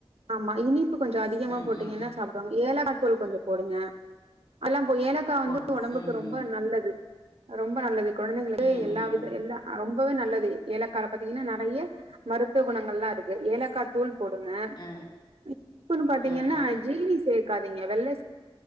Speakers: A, on the right; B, on the left.
A: ஆமா இனி கொஞ்சம் அதிகமா
B: ம்
A: போட்டுீங்கன்னா
B: ம் ம்
A: சாப்பிடுாங்க ஏல சொல் கொஞ்சம் போடுங்க அதல்லாம் ஏலக்கா
B: போடணு
A: வந்து உடம்புக்கு
B: ம்
A: ரொம்ப
B: ம்
A: நல்லது ரொம்ப நல்லது குழந்தைங்களுக்கு
B: ம்
A: எல்லா
B: ம்
A: வித
B: ம்
A: எல்லா ரொம்ப வே நல்லது ஏலக்கல பாத்தீங்கன்னா நிறைய மருத்துவ குணங்கள் எலாம் இருக்கு ஏலக்கா தூள் போடுங்க
B: அ
A: இப்பன்னு பாத்தீங்கன்னா
B: அ அ
A: ஜீனி சேர்க்கா நீங்க வெள்ள